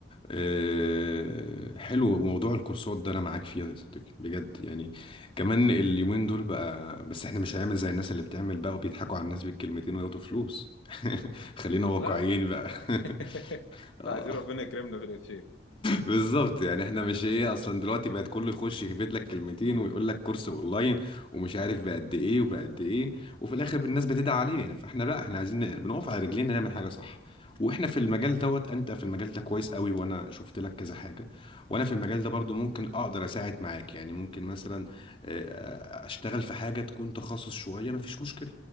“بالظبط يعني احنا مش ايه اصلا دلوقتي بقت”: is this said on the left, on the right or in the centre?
Left